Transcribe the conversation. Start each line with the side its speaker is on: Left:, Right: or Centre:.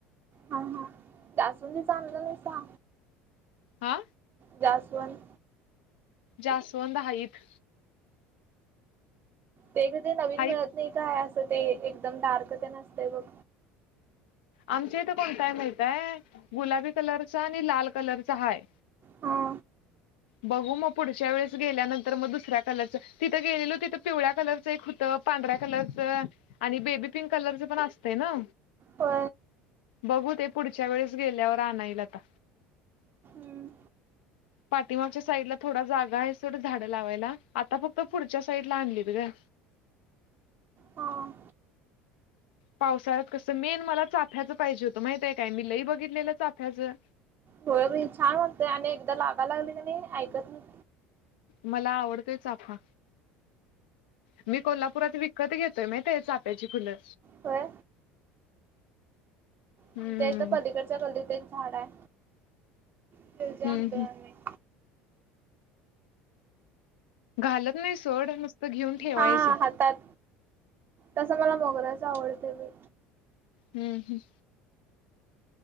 Right: हा हा त्या असून चागल नाही स
Left: हा
Right: जास्वंद
Left: जास्वंद हाईत
Right: ते क ते नवीन
Left: हाईत
Right: मिळत नाही काय असं ते एकदम डार्क ते नसतं बघ
Left: आमच्या इथे कोणताही माहीतीय गुलाबी कलरचा आणि लाल कलरचा हाय
Right: हो
Left: बघू मग पुढच्या वेळेस गेल्यानंतर मग दुसऱ्या कलरचं तिथं गेलेल तिथ पिवळ्या कलरचं एक होतं पांढऱ्या कलरच आणि बेबी पिंक कलरचं पण असतें ना
Right: हो
Left: बघू ते पुढच्या वेळेस गेल्यावर आणाईल आता
Right: हं
Left: पाठिमागच्या साईडला थोडा जागा आहे सोड झाडं लावायला आता फक्त पुढच्या साईडला आणलीत गं
Right: हां
Left: पावसाळ्यात कसं मेन मला चाफ्याचं पाहिजे होतं माहितीय काय मी लई बघितलेलं चाफ्याचं
Right: थोडं छान होते आणि एकदा लागाय लागली नाही ऐकत नाही
Left: मला आवडतय चाफा मी कोल्हापुरात विक कधी घेताय माहितहाय चाफ्याची फुलं
Right: होय
Left: हम्म
Right: आमच्या इथं पलीकडच्या गल्लीत एक झाड आहे <unintelligible>
Left: हम्म हम्म घालत नाही सोड नुस्त घेऊन ठेवायचं
Right: हा हातात तसं मला मोगराच आवडते मी
Left: हम्म हम्म